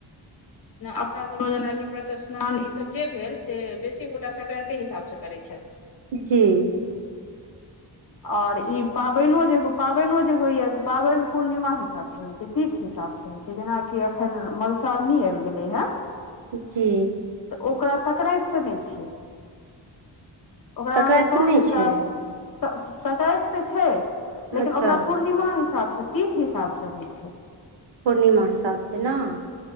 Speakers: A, on the left; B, on the right.
A: अपना सबमे जेनाकि प्रतिस्नान ईसभ जे भेल से बेसी गोटा सक्रान्ते हिसाबसँ करैत छथि।
B: जी
A: आ ओर ई पाबेन जे पाबेन जे होइय से पाबेन पूर्णिमा हिसाब से होइ छे तिथि हिसाब से होइ छे जेना कि एखन मधुश्रावणी आब गेले हे
B: जी
A: ओकरा सकरेत सेत छीये उकरा
B: सकराइत
A: सोन
B: तऽ नहि
A: हिसाब
B: छै
A: सकतिसँ छै लेकिन
B: अच्छा
A: ओकरा पूर्णिमा हिसाबसँ तिथ हिसाबसँ होइ छै।
B: पूर्णिमा हिसाबसँ ने।